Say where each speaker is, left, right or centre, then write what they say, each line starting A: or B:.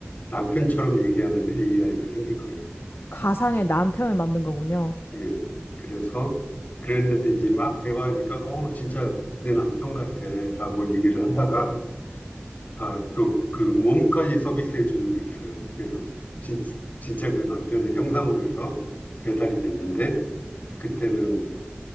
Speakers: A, on the left; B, on the left.
A: 남편처럼 얘기하는 AI가 생긴 거예요.
B: 가상의 남편을 만든 거군요.
A: 예, 예. 그래서 그랬는데 이제 막 대화하니까 어 진짜 내 남편 같아라고 얘기를 하다가 아, 또 그 몸까지 서비스해 주는 게 있어요. 그래서 진, 진짜 그 남편의 형상으로 해서 배달이 됐는데 그때는